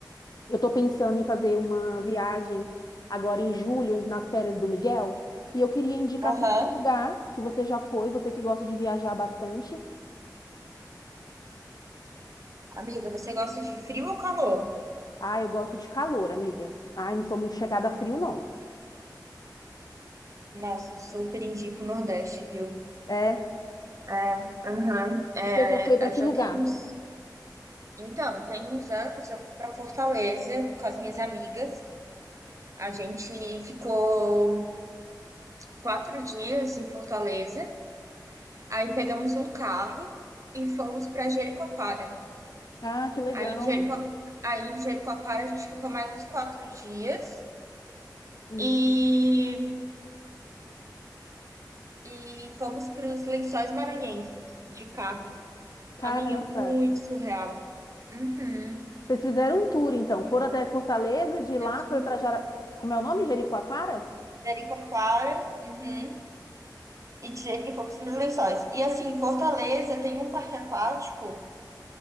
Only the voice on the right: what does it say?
Aham.
Amiga, você gosta de frio ou calor?
Nossa, eu super indico o Nordeste, viu?
É, aham. É,
é,
já
tem uns. Então, tem uns anos eu fui pra Fortaleza com as minhas amigas. A gente ficou quatro dias em Fortaleza. Aí pegamos um carro e fomos pra Jericoacoara.
Aí em Jerico... Aí em Jericoacoara a gente ficou mais uns quatro dias.
E e fomos para os Lençóis Maranhenses de carro.
Amiga, muito surreal. Uhum.
Fizemos
um
tour.
Jericoacoara, uhum. E de Jerico fomos para os Lençóis. E assim, Fortaleza tem um parque aquático